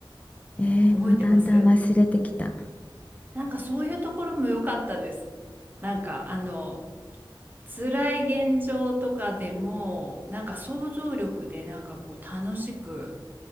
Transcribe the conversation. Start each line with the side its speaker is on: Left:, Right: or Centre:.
Left: えー、
Right: 覚えてます
Left: もうだんだん忘れてきた。
Right: なんかそういうところも良かったです。なんかあの辛い現状とかでも、なんか想像力でなんかこう楽しく